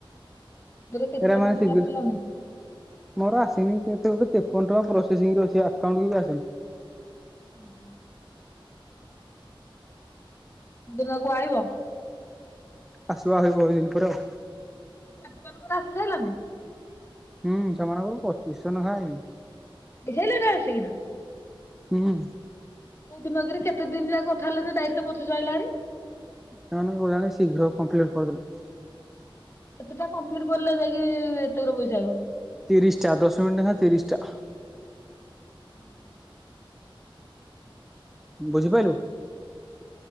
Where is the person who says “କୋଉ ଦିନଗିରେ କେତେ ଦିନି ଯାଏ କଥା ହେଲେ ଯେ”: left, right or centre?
Left